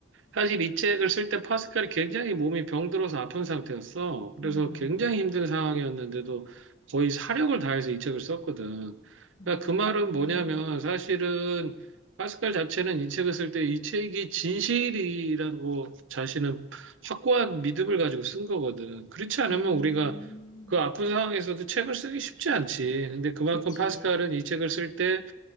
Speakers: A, on the right; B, on the left.
A: 사실 이 책을 쓸 때 파스칼이 굉장히 몸이 병들어서 아픈 상태였어. 그래서
B: 음.
A: 굉장히 힘든 상황이었는데도 거의 사력을 다해서 이 책을 썼거든.
B: 음.
A: 그러니까 그 말은 뭐냐면, 사실은 파스칼 자체는 이 책을 쓸 때 이 책이 진실이라고 자신은 확고한 믿음을 가지고 쓴 거거든. 그렇지 않으면
B: 음,
A: 우리가 그 아픈 상황에서도 책을 쓰기 쉽지 않지. 근데 그만큼
B: 그치.
A: 파스칼은 이 책을 쓸때